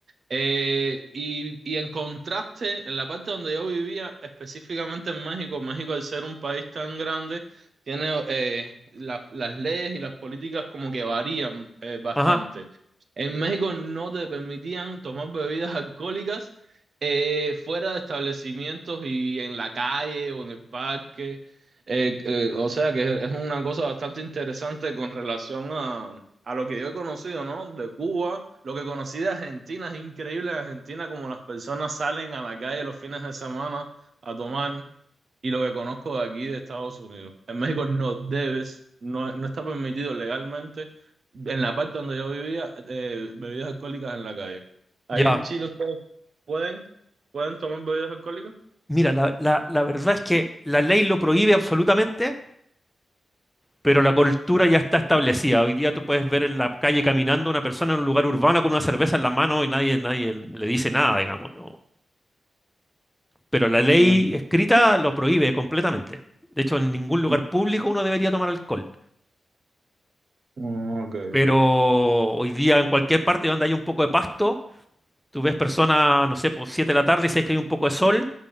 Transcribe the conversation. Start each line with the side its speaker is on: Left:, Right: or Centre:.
Right: Eh, y, y en contraste, en la parte donde yo vivía, específicamente en México, México al ser un país tan grande, tiene eh, la- las leyes y las políticas como que varían eh, bastante.
Centre: Ajá,
Right: En México no te permitían tomar bebidas alcohólicas eh, fuera de establecimientos y en la calle o en el parque. Eh, eh, o sea que es una cosa bastante interesante con relación a, a lo que yo he conocido, ¿no? De Cuba lo que conocí de Argentina es increíble. En Argentina, como las personas salen a la calle los fines de semana a tomar, y lo que conozco de aquí de Estados Unidos. En México no debes, no, no está permitido legalmente, en la parte donde yo vivía, eh, bebidas alcohólicas en la calle. Ahí
Centre: ya.
Right: en Chile ustedes pueden, pueden tomar bebidas alcohólicas.
Centre: Mira, la, la- la verdad es que la ley lo prohíbe absolutamente, pero la cultura ya está establecida. Hoy día tú puedes ver en la calle caminando una persona en un lugar urbano con una cerveza en la mano y nadie, nadie le dice nada, digamos, ¿no? Pero la ley
Right: Mm,
Centre: escrita lo prohíbe completamente. De hecho, en ningún lugar
Right: mm,
Centre: público uno debería tomar alcohol.
Right: Ok, ok.
Centre: Pero hoy día en cualquier parte donde haya un poco de pasto, tú ves personas, no sé, por 7 de la tarde y sabes que hay un poco de sol